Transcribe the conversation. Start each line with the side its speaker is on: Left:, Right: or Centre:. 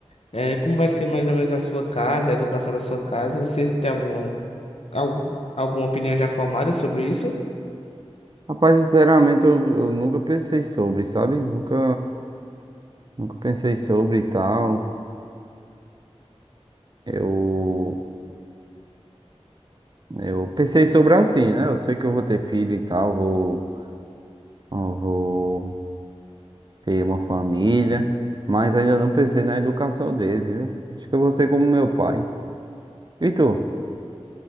Left: É, como vai ser mais ou menos a sua casa, a educação da sua casa? Vocês têm alguma, algum, al- alguma opinião já formada sobre isso?
Right: Rapaz, sinceramente, eu, eu nunca pensei sobre, sabe? Nunca, nunca pensei sobre e tal. Eu, eu pensei sobre assim, né? Eu sei que eu vou ter filho e tal, vou, eu vou ter uma família, mas ainda não pensei na educação deles, viu? Acho que eu vou ser como meu pai. E tu?